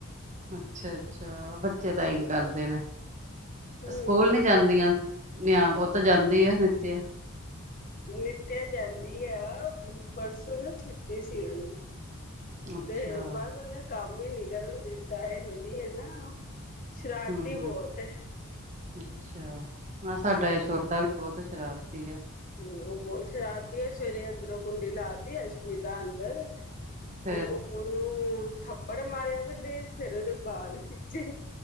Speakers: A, on the right (about 35°); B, on the left (about 40°).
A: ਅੱਛਾ ਅੱਛਾ ਬੱਚੇ ਤਾਂ ਹੀ ਕਰਦੇ ਨੇ
B: ਹੂੰ
A: ਸਕੂਲ ਨੀ ਜਾਂਦੀਆਂ ਨਿਆ ਉਹ ਤਾਂ ਜਾਂਦੀ ਆ ਨਿਤਿਆ।
B: ਨਿਤਿਆ ਜਾਂਦੀ ਆ ਪਰਸੋਂ ਨਾ ਛੁੱਟੀ ਸੀ ਉਹਨੂੰ
A: ਅੱਛਾ
B: ਤੇ ਬਸ ਉਹਓਹਨੇ ਕੰਮ ਹੀ ਨੀ ਕਰਨ ਦਿੱਤਾ ਇਹੋ ਜਿਹੀ ਹੈ ਨਾ। ਸ਼ਰਾਰਤੀ
A: ਹੂੰ-ਹੂੰ
B: ਬਹੁਤ ਹੈ।
A: ਅੱਛਾ, ਹਾਂ ਸਾਡਾ
B: ਹੂੰ
A: ਇਹ ਛੋਟਾ ਵੀ ਬਹੁਤ ਸ਼ਰਾਰਤੀ ਆ।
B: ਬਹੁਤ ਸ਼ਰਾਰਤੀ ਹੈ ਸਵੇਰੇ ਅੰਦਰੋਂ ਕੁੰਡੀ ਲਾਤੀ ਅਸ਼ਮਿਤਾ ਅੰਦਰ
A: ਫੇਰ
B: ਉਹਨੂੰ ਥੱਪੜ ਮਾਰਿਆ ਪਹਿਲੇ, ਫੇਰ ਉਹਦੇ ਬਾਲ ਖਿੱਚੇ